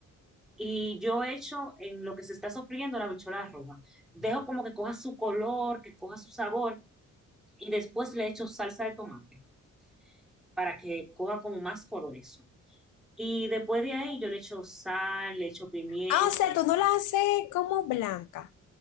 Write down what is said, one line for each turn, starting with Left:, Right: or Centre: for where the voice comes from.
Centre: y yo echo en lo que se está sofriendo la bichola roja. Dejo como que coja su color, que coja su sabor y después le echo salsa de tomate para que coja como más color eso. Y después de ahí yo le echo sal, le echo pimienta.
Left: Ah, o sea, tú no la haces como blanca,